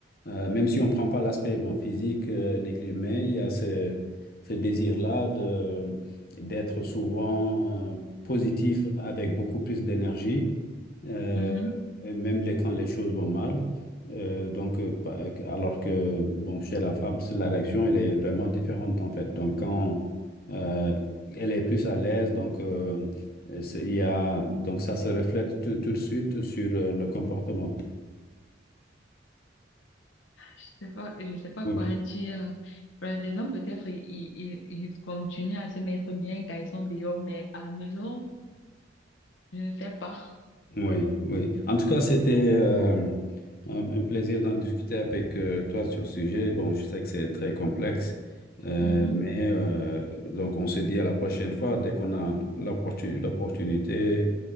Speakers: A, on the left (about 50°); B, on the left (about 80°).
A: euh, même si on ne prend pas l'aspect bon, physique, euh, négli- mais il y a ce, ce désir-là de, d'être souvent euh, positif avec beaucoup plus d'énergie, euh,
B: Mhm.
A: et même les- quand les choses vont mal. Euh, donc, euh, pa- euh, alors que bon, chez la femme, c'est- la réaction, elle est vraiment différente en fait. Donc, quand euh, elle est plus à l'aise, donc. euh, et c'est- Il y a, donc ça se reflète tout, tout de suite sur euh, le comportement.
B: Je sais pas, je sais pas
A: Oui,
B: quoi dire. par Les hommes, peut-être, ils, ils, ils ils continuent à se mettre bien quand ils sont dehors, mais à la maison, je ne sais pas.
A: oui, oui. En tout cas, c'était euh, un, un plaisir d'en discuter avec euh, toi sur ce sujet. Bon, je sais que c'est très complexe, euh,
B: Mhm.
A: mais euh, donc on se dit à la prochaine fois, dès qu'on a l'opportu- l'opportunité